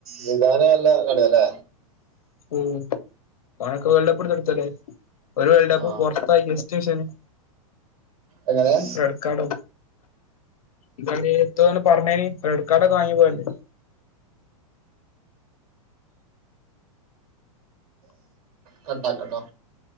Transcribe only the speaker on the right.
നിദാന് നല്ലാ കളിയാല്ലേ
ആഹ്
എങ്ങനെ
കട്ടാക്കട്ടോ